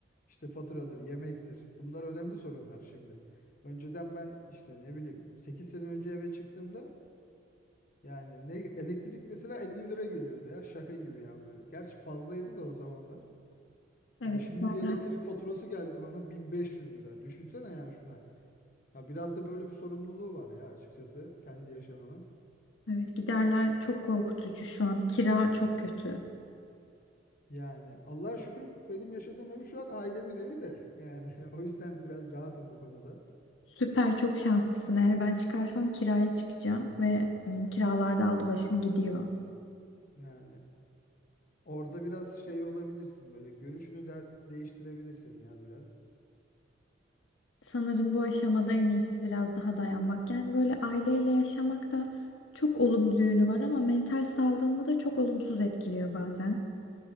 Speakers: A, on the left (about 50°); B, on the left (about 80°).
A: İşte faturadır, yemektir. Bunlar önemli sorunlar şimdi. Önceden ben işte ne bileyim 8 sene önce eve çıktığımda yani ne elektrik mesela 50 lira geliyordu ya şaka gibi yani böyle. Gerçi fazlaydı da o zamanlar.
B: Evet,
A: Yani şimdi
B: giderler.
A: bir elektrik faturası geldi bana 1500 lira. Düşünsene yani şuna. Ya biraz da böyle bir sorumluluğu var ya açıkçası kendi yaşamına.
B: Evet, giderler çok korkutucu şu an. Kira çok kötü.
A: Yani Allah'a şükür benim yaşadığım ev şu an ailemin evi de. Yani <laughs> o yüzden biraz rahatım bu konuda.
B: Süper çok şanslısın. Eğer ben çıkarsam kiraya çıkacağım ve ım, kiralarda aldı başını gidiyor.
A: Yani orada biraz şey olabilirsin böyle görüşünü der- değiştirebilir seni ya biraz.
B: Sanırım bu aşamada en iyisi biraz daha dayanmak. Yani böyle aileyle yaşamak da çok olumlu yönü var ama mental sağlığımı da çok olumsuz etkiliyor bazen.